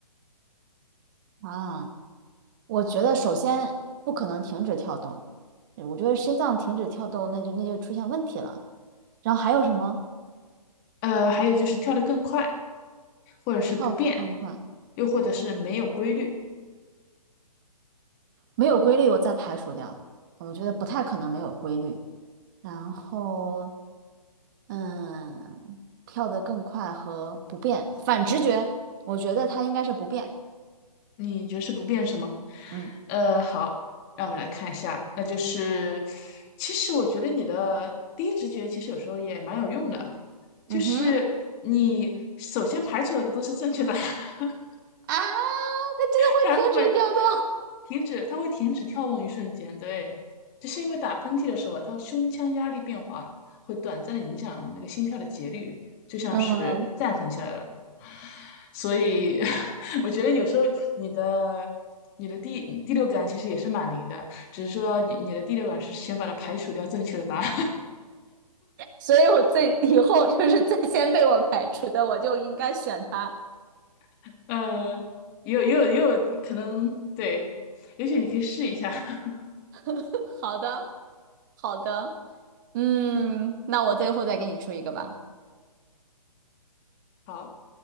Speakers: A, on the right; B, on the left.
A: 啊。我觉得首先不可能停止跳动，对我觉得心脏停止跳动，那就那就出现问题了。然后还有什么？
B: 呃，还有就是跳得更快，或者是不变，
A: 跳得更快，
B: 又或者是没有规律。
A: 没有规律，我再排除掉。我觉得不太可能没有规律。然后，嗯，跳得更快和不变，反直觉，我觉得它应该是不变。
B: 你觉得是不变是吗？
A: 嗯
B: 呃，好，让我们来看一下，那就是其实我觉得你的第一直觉其实有时候也蛮有用的，
A: 嗯哼，
B: 就是你首先排除了的都是正确答案。<laughs>
A: 啊，它真的会停止跳动。
B: 它是会停止，它会停止跳动一瞬间，对，就是因为打喷嚏的时候，它胸腔压力变化会短暂的影响那个心跳的节律，
A: <laughs> 嗯，
B: 是暂停下来了。所以 <laughs> 我觉得有时候你的你的第第六感其实也是蛮灵的，只是说你你的第六感是先把它排除掉正确的答案。
A: 所以我最以后就是最先被我排除的，我就应该选它。
B: <laughs> 呃，也有也有也有可能对，也许你可以试一下。<laughs>
A: <laughs> 好的，好的，嗯，那我最后再给你出一个吧。
B: 好，